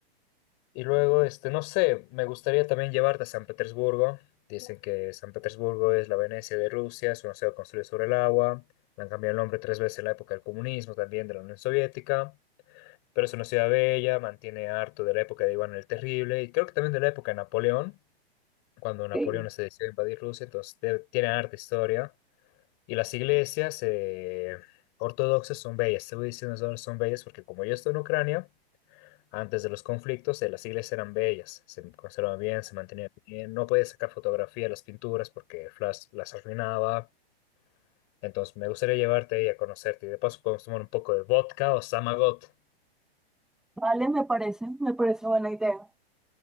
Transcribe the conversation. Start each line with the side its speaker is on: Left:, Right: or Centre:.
Left: Y luego, este, no sé, me gustaría también llevarte a San Petersburgo. Dicen que San Petersburgo es la Venecia de Rusia, es una ciudad construida sobre el agua. Le han cambiado el nombre tres veces en la época del comunismo, también de la Unión Soviética. Pero es una ciudad bella, mantiene harto de la época de Iván el Terrible y creo que también de la época de Napoleón, cuando Napoleón
Centre: Ok.
Left: se decidió a invadir Rusia, entonces te- tiene harta historia. Y las iglesias eh, ortodoxas son bellas, te voy diciendo son son bellas porque como yo estoy en Ucrania, antes de los conflictos, eh, las iglesias eran bellas, se conservaban bien, se mantenían bien. No podías sacar fotografía de las pinturas porque el flash las arruinaba. Entonces, me gustaría llevarte ahí a conocerte. Y de paso, podemos tomar un poco de vodka o Samagot.
Centre: Vale, me parece, me parece buena idea.